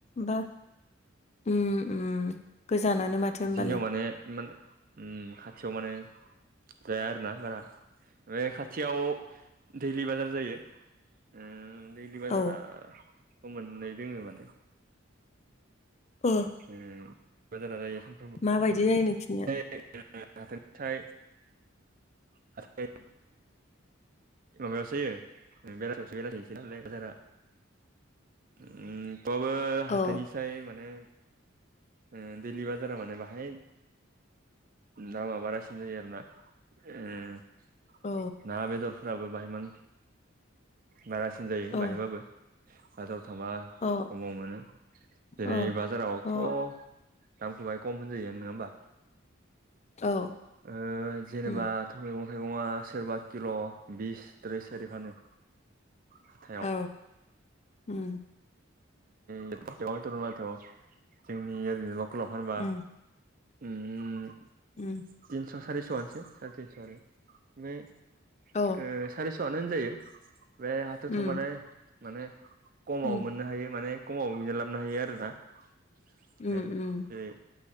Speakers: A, on the left; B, on the right.
A: बा उम गोजानानो माथो होमबालाय
B: जोंनियाव माने इान उम खाथियाव माने जाया आरोना बारा ओमफ्राय खाथियाव दैलि बाजार जायो उम दैलि बाजारा
A: औ
B: मोननाय दोङ माने
A: ओ
B: उम बाजार जाखायो साम
A: माबायदि जायो नोंसिनिया
B: <unintelligible> थोननिफ्राय <unintelligible> माबायावसोयो बेलासियावसो बेलासिसै नालाय बाजारा उम थबाबो हाथथायनिसाय
A: औ
B: माने ओ दिलि बाजारा माने बाहाय दामा बारासि सि जायो आरोना उम
A: अ
B: ना बेदरफोराबो बाहायान बारासिन जायो
A: औ
B: बाहायबाबो बाजाराव थांबा
A: औ
B: खमाव मोनो जेरै
A: औ
B: बाजारावथ'
A: अ औ
B: दामखौ बाहाय खम होनजायो नङा होमबा
A: औ
B: ओ जेनेबााथ'
A: उम
B: मैगं थाइगं सोरबा किल' बिस थ्रिस थारि फानो हाथायाइाव
A: औ उम
B: बे दर माथ' जोंनि ओरैनो बिबखौ लांफानोबा
A: उम
B: उम
A: उम
B: थिनस' सारिस'आनोसै साराय थिनस'आनो ओमफ्राय
A: औ
B: ओ सारिस'आनो जायो बे हाथायाव
A: उम
B: थांबालाय माने खमाव
A: उम
B: मोननो हायो माने कमाव बिदिनो लाबोनो हायो आरोना ओमफाय
A: उम उम
B: जेरै